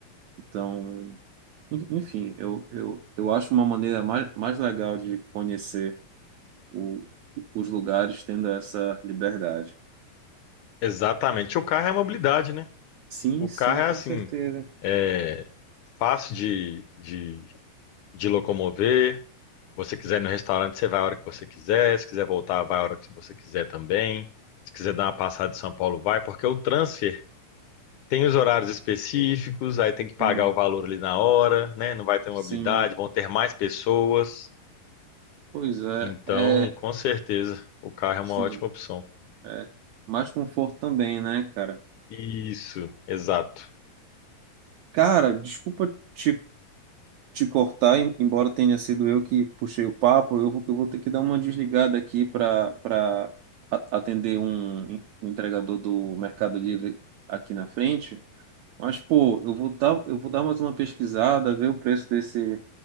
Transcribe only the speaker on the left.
Exatamente. O carro é a mobilidade, né?
O
carro é
assim,
é fácil de, de de locomover. Você quiser ir no restaurante, você vai a hora que você quiser. Se quiser voltar, vai a hora que você quiser também. Se quiser dar uma passada em São Paulo, vai, porque o transfer tem os horários específicos, aí tem que pagar
o valor ali na hora, né? Não vai ter mobilidade,
vão ter mais pessoas.
Então,
com certeza, o carro é
uma ótima opção.
Isso, exato.